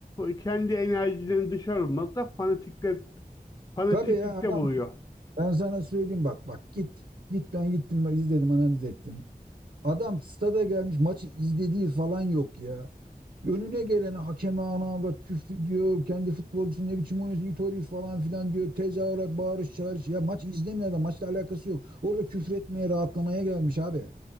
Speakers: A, on the left; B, on the right.
A: kendi enerjilerini dışarı vurmakta fanatikle, fanatiklikte
B: Tabii ya adam
A: buluyor.
B: ben sana söyleyeyim bak bak git. Git ben gittim ben izledim analiz ettim. Adam stada gelmiş maçı izlediği falan yok ya. Önüne gelene hakeme anaavrat küfür diyor. Kendi futbolcusu ne biçim oynuyorsun it herif falan filan diyor. Tezahürat, bağırış, çağırış. Ya maç izlemiyor adam. Maçla alakası yok. Orada küfür etmeye, rahatlamaya gelmiş abi.